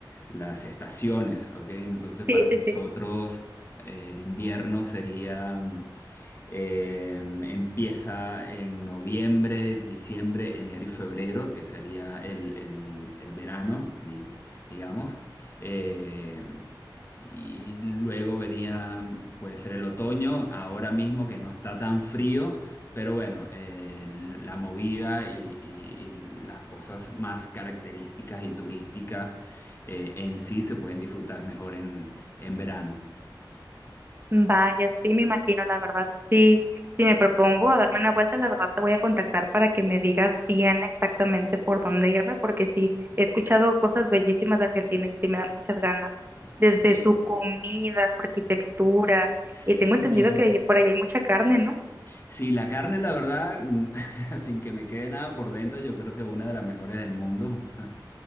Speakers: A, on the left (about 30°); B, on the right (about 30°).
A: las estaciones, ¿ok? Entonces
B: Sí,
A: para nosotros
B: sí, sí.
A: eh, el invierno sería... mm, eh, empieza en noviembre, diciembre, enero y febrero, que sería el, el- el verano, digo, digamos. Eh, y luego vería, puede ser el otoño, ahora mismo que no está tan frío, pero bueno, eh, la movida y, y- y las cosas más características y turísticas eh, en sí se pueden disfrutar mejor en, en verano.
B: Vaya, sí, me imagino, la verdad, sí, si me propongo a darme una vuelta, la verdad te voy a contactar para que me digas bien exactamente por dónde irme, porque sí, he escuchado cosas bellísimas de Argentina y sí me dan muchas ganas,
A: Sí,
B: desde su comida, su arquitectura,
A: sí,
B: y tengo entendido que allí- por allá hay mucha carne, ¿no?
A: Sí, la carne, la verdad, <laughs> sin que me quede nada por dentro, yo creo que es una de las mejores del mundo. <laughs>